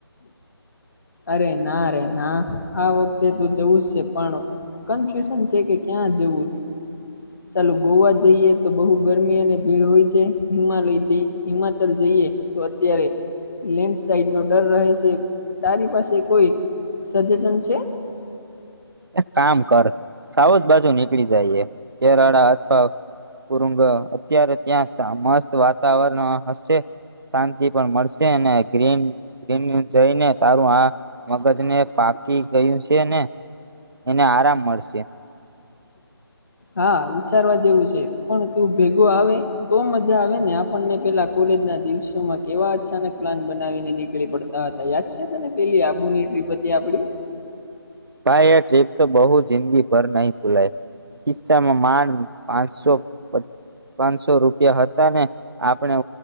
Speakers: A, on the left; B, on the right.
A: અરેનારે ના આ વખતે તું જવું જ છે પણ કન્ફ્યુઝન છે કે ક્યાં જવું ચાલું ગોવા જઈએ તો બહુ ગરમી અને ભીડ હોય છે હિમાલય હિમાચલ જઈએ તો અત્યારે લેન્ડ સાઇડ નો ડર રહે છે. તારી પાસે કોઈ સજેશન છે?
B: એક કામ કર સાઉથ બાજુ નીકળી જાયએ. કેરાડા અથવા કુરુંંગ અત્યારે ત્યાં મસ્ત વાતાવરણ હશે શાંતિ પણ મળશે. ગ્રીન ગ્રીન જઈને તારું આ મગજ ને પાકી ગયું છે ને <inaudible> મળશે
A: હા વિચારવા જેવું છે. પણ તું ભેગો આવે તો મજા આવે ને આપણને પેલા કોલેજ ના દિવસોમાં કેવા અચાનક પ્લાન બને બનાવીને નીકળી પડતા હતા યાદ છે તને પેલી આબુની ટ્રીપ હતી આપડી.
B: ભાઈ એ ટ્રીપ તો બહુ જિંદગીભર નહી ભૂલાય. કિસ્સામાં માંડ પાંચસો પાંચસો રૂપિયા હતા ને આપણે